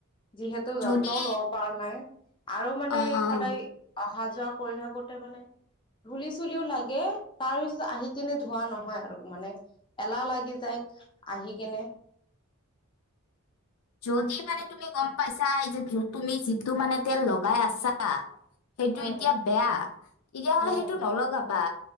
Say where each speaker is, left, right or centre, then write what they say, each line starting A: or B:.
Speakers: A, on the left; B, on the left.
A: যিহেতু যত্নও
B: যদি
A: লব পৰা নাই। আৰু মানে
B: অ অ
A: সদায় অহা যোৱা কৰি থাকোতে মানে ধুলি-চুলিও লাগে তাৰ পিছত আহি কিনে ধোৱা নহয় আৰু মানে। এলাহ লাগি যায় আহি কেনে
B: <inaudible> যদি মানে তুমি গম পাইছা এই যে তুমি যিটো মানে তেল লগাই আছা সেইটো
A: উম
B: এতিয়া বেয়া তেতিয়াহলে
A: উম
B: সেইটো নলগাবা।